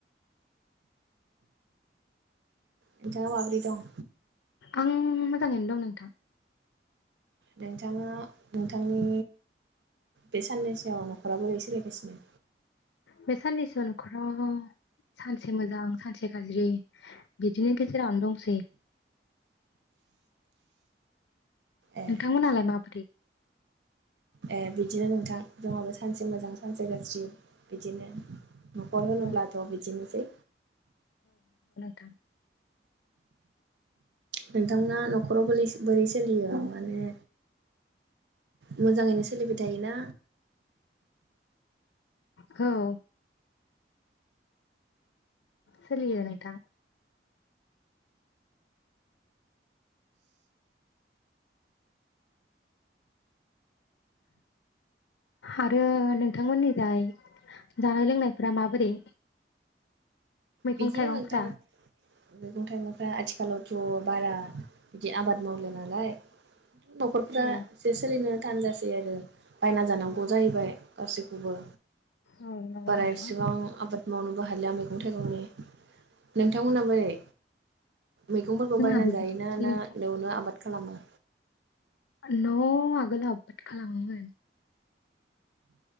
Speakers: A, on the right (about 80°); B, on the left (about 85°).
A: नोंथांआ माबोरै दं?
B: आं मोजाङैनो दं नोंथां।
A: नोंथाङा नोंथांनि बे साननैसोआव न'खरा बोरै सोलिगासिनो?
B: बे साननैसोआ न'खराव सानसे मोजां सानसे गाज्रि बिदिनो गेजेरावनो दंसै।
A: ए
B: नोंथांमोनालाय माबोरै?
A: ए बिदिनो नोंथां जोंहाबो सानसे मोजां सानसे गाज्रि बिदिनो न'खर होनोब्लाथ'
B: औ
A: बिदिनोसै।
B: थां
A: नोंथांमोना न'खराव बोरैसो बोरै सोलियो माने मोजाङैनो सोलिबाय थायोना
B: औ सलियो नोंथां। आरो नोंथांमोननिजाय जानाय लोंनायफोरा माबोरै? मैगं
A: बिदिनो
B: थाइगंफ्रा
A: नोंथां मैगं थाइगंफ्रा आथिख खालावथ' बारा बिदि आबाद मावला नालाय न'खरफोरा
B: औ
A: एसे सोलिनो थानजासै आरो बायना जानांगौ जाहैबाय गासैखौबो।
B: औ नंगौ
A: बारा
B: नोंथां
A: एसेबां आबाद मावनोबो हालिया मैगं थाइगंनि नोंथांमोना बोरै मैगंफोरखौ
B: जोंहा
A: बायना
B: बेबायदिनोसै
A: जायोना ना
B: नोंथां
A: एरैनो आबाद खालामो
B: न' आगोल हाब बाद खालामोमोन